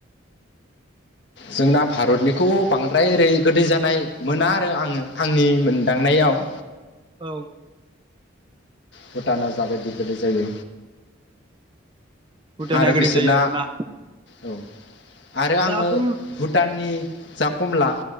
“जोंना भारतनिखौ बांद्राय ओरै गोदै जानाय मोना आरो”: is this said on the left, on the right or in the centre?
Left